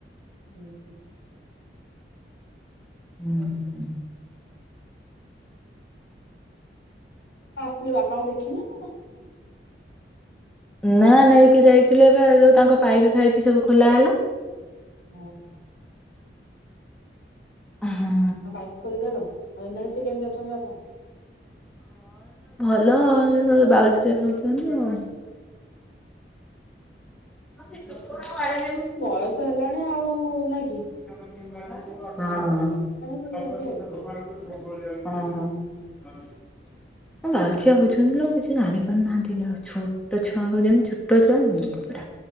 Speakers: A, on the left (about 80°); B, in the centre.
A: ହୁଁ ହୁ <inaudible>
B: ହୁଁ <inaudible>
A: ତ ବାପାଙ୍କୁ ଦେଖିନ କଣ
B: ନା ନେଇକି ଯାଇଥିଲେ ବା ଯୋଉ ତାଙ୍କ ପାଇପ୍ ଫାଇପ୍ ସବୁ ଖୋଲା ହେଲା
A: ଓ ହୋ
B: ହ ହଁ
A: ହ ପାଇପ୍ ଖୋଲିଦେଲ ଆଉ ଏ ସେ କେମିତି ଅଛନ୍ତି ବାପା
B: ବାଉଳେ ଚାଉଳି ହଉଛନ୍ତି ଆଉ ଆ ସେ <inaudible>
A: ବୟସ ହେଲାଣି ଆଉ ନା କିି
B: ହଁ ହ ହଁ ହ
A: ସେ ସେମିତି
B: <inaudible>
A: ହେବେ। ନା କି?
B: ହଁ <inaudible> ହଁ ବାଉଳି ଚଉଳି ହଉଛନ୍ତି ନାଉ କିଛି ଜାଣି ପାରୁନାହାନ୍ତି ଆଉ ଛୋଟ ଛୁଆଙ୍କୁ ଯେମିତି ଛୋଟ ଛୁଆ ଯେମିତି ପୁରା